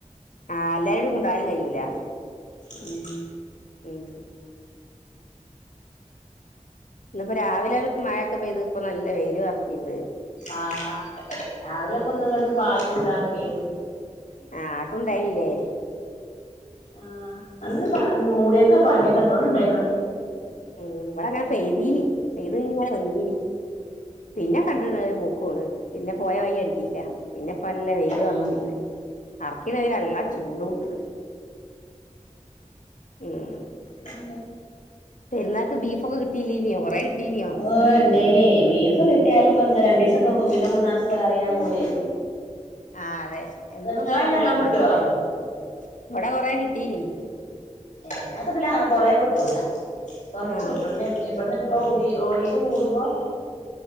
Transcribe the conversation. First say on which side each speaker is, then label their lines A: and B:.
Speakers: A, on the left; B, on the left.
A: ആഹ് എല്ലാരോടിം കൊണ്ടാവാനും കയ്യൂലാ
B: ഉം
A: ഉം ഇന്നപ്പോ രാവിലെ ഒരു മഴൊക്കെ പെയ്ത് ഇപ്പ നല്ല വെയില് അറക്കിണ്ട്.
B: ആഹ് രാവിലെയൊക്കെ ഒന്ന് ഇങ്ങോട്ട് പാറ്റി ഇതാക്കി.
A: ആഹ് ആട്ടുണ്ടായിനില്ലേ.
B: ആഹ് ഒന്ന് മൂടിയൊക്കെ പാറ്റിയൊക്കെ എത്തോന്ന് ഇണ്ടായിക്ക്ണ്.
A: ഉം ഇവിടെങ്ങനെ പെയ്തീന് പെയ്തി ഇങ്ങനെ വന്നീന്ന്. പിന്നെ കണ്ട്ണ് ഒര് പോക്ക് പോണ് പിന്നെ പോയ വയ്യ് കണ്ടീല്ല. പിന്നെപ്പല്ല വെയിലും
B: ഉം
A: അറിക്കിണ്ട് അറിക്ക്ണ വെയ്ല്
B: ഏഹ്
A: നല്ല ചൂടും ഇണ്ട്. ഉം
B: പിന്നെന്താ?
A: പെരുന്നാൾക്ക് ബീഫൊക്കെ കിട്ടയില്ലനയോ കുറെ കിട്ടീനെയോ?
B: ഓ ഇണ്ടേന് ബീഫ് കിട്ടിയാലപ്പ എന്താ രണ്ട് ദിവസൊക്കെ വെക്കും പിന്നെ മൂന്നാസം വെറിന്നാ പൂതി.
A: ആഹ് അതെ എന്നും
B: ഇങ്ങളയ്ല്
A: ഇങ്ങനെ കൂട്ടുമ്പോ
B: നല്ലോം
A: ഒരു
B: കിട്ടോ
A: മടുപ്പാണ് ഇവിടെ കൊറെ കിട്ടീന്.
B: ഏഹ് നക്ക് ഇതില് അങ്ങനെ കൊറേ കിട്ടൂല കൊറച്ച്
A: ആഹ്
B: കിട്ടൂള്ളു ഇവിടുന്ന്. ഇപ്പഒരി ഓരിര് കൂടുമ്പോ